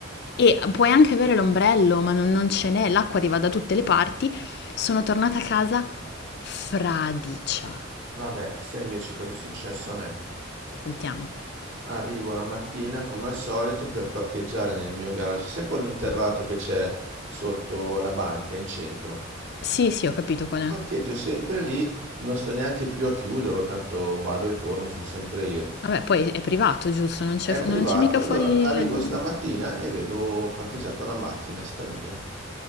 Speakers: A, on the left; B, on the right.
A: E puoi anche avere l'ombrello, ma non, non ce n'è, l'acqua arriva da tutte le parti. Sono tornata a casa fradicia.
B: Vabbè, sai invece cosa è successo a me?
A: Sentiamo.
B: Arrivo la mattina come al solito per parcheggiare nel mio garage, sai quello interrato che c'è sotto la banca in centro?
A: Sì, sì, ho capito qual è.
B: Parcheggio sempre lì, non sto neanche più a chiuderlo, tanto vado e torno, sono sempre io.
A: Vabbè, poi è privato, giusto? Non c'è
B: È
A: fu-
B: privato,
A: non c'è mica
B: allora
A: fuori
B: arrivo
A: il...
B: stamattina e vedo parcheggiata una macchina straniera